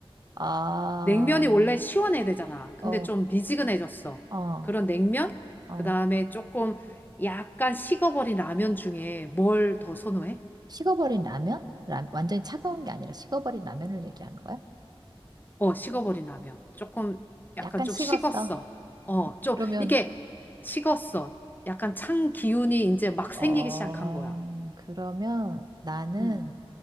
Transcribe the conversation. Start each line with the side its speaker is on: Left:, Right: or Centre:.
Right: 아,
Left: 냉면이 원래 시원해야 되잖아. 근데
Right: 어,
Left: 좀 미지근해졌어.
Right: 어,
Left: 그런 냉면?
Right: 어.
Left: 그다음에 조금 약간 식어버린 라면 중에 뭘 더 선호해?
Right: 식어버린 라면? 라, 완전히 차가운 게 아니라 식어버린 라면을 얘기하는 거야?
Left: 어, 식어버린 라면. 조금, 약간
Right: 약간
Left: 좀
Right: 식었어.
Left: 식었어. 어, 좀,
Right: 그러면,
Left: 이렇게 식었어. 약간 찬 기운이 이제 막 생기기
Right: 어,
Left: 시작한 거야.
Right: 그러면 나는
Left: 음.